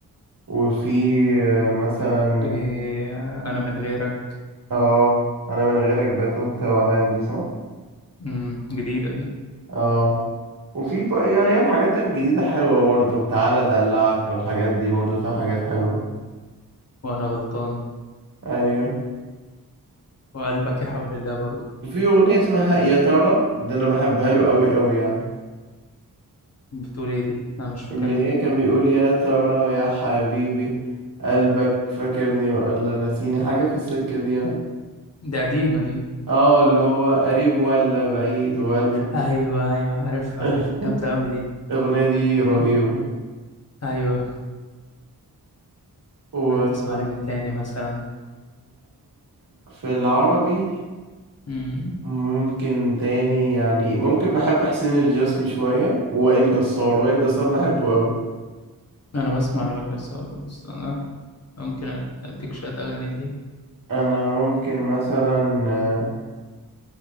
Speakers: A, on the right; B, on the left.
A: وفي آه، مثلا
B: في آه، أنا من غيرك
A: اه أنا من غيرك بتوه توهان دي صح؟
B: مم. جديدة دي
A: اه وفي بقى يعني هي الحاجات الجديدة حلوة برضه تعالى أدلعك والحاجات دي برضه فيها حاجات حلوة
B: وأنا غلطان
A: أيوه
B: وقلبك يا حول الله برضه
A: وفي أغنية اسمها يا ترى دي أنا بحبها له قوي قوي يعني
B: بتقول ايه دي أنا مش فاكرها
A: اللي هي كان بيقول يا ترى يا حبيبي قلبك فاكرني ولا نسيني حاجة في السكة دي يعني
B: دي قديمة دي
A: اه اللي هو قريب ولا بعيد ولا
B: ايوه ايوه عارف
A: <laughs>
B: عارف جامده قوي دي
A: الأغنية دي رهيبة
B: ايوه
A: ويعني
B: أنا تسمع لمين تاني مثلا
A: في العربي
B: امم
A: ممكن تاني يعني ممكن بحب حسين الجسمي شوية ووائل جسار وائل جسار بحبه أوي
B: انا بسمع لوائل جسار برضه استنى ممكن أد- اديك شويه اغاني ليه
A: أنا ممكن مثلا آه،